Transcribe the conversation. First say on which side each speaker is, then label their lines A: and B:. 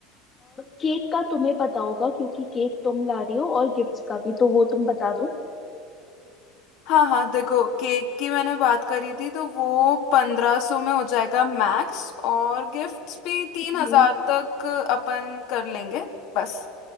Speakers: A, on the left; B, on the left.
A: केक का तुम्हें पता होगा क्योंकि केक तुम ला रही हो और गिफ्ट्स का भी तो वो तुम बता दो
B: हाँ हाँ देखो केक की मैंने बात करी थी तो वो पंद्रह सौ में हो जाएगा मैक्स और गिफ्ट्स भी तीन
A: हम्म,
B: हजार तक अपन कर लेंगे बस